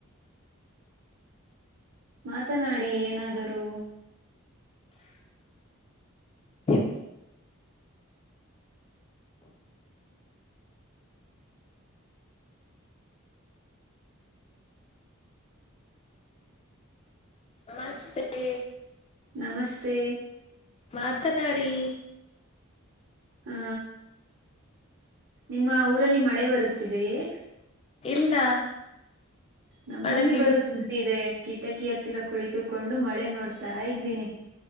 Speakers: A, on the right; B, on the left.
A: ಮಾತನಾಡಿ ಏನಾದರೂ
B: ಹ ನಮಸ್ತೆ
A: ನಮಸ್ತೆ
B: ಮಾತನಾಡಿ
A: ಹಾ ನಿಮ್ಮ ಊರಲ್ಲಿ ಮಳೆ ಬರುತ್ತಿದೆಯೇ
B: ಇಲ್ಲ
A: ನಮ್ಮಲ್ಲಿ
B: ಮಳೆ ಬೀಳುತ್ತಿಲ್ಲ
A: ಬರುತ್ತಿದೆ ಕಿಟಕಿ ಹತ್ತಿರ ಕುಳಿತುಕೊಂಡು ಮಳೆ ನೋಡ್ತಾ ಇದ್ದೀನಿ